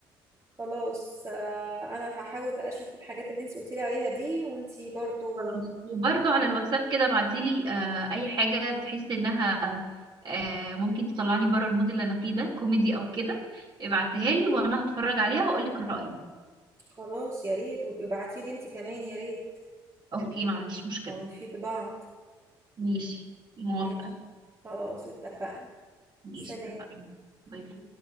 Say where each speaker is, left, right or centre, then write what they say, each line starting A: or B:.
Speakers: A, on the right (about 25°); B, on the right (about 45°).
A: خلاص آه، انا هحاول بقى اشوف الحاجات اللي انت قلتي لي عليها دي وانت برضو
B: خلاص وبرضو على الواتساب كده ابعتيلي آه أي حاجة تحسي إنها آه ممكن تطلعني بره المود اللي أنا فيه ده كوميدي أو كده ابعتيها لي وأنا هتفرج عليها وأقولك رأيي
A: خلاص يا ريت وابقي ابعتيلي انت كمان يا ريت
B: أوكي ما عنديش مشكلة
A: او نفيد بعض
B: ماشي موافقة
A: ماشي خلاص اتفقنا
B: ماشي
A: سلام
B: اتفقنا باي باي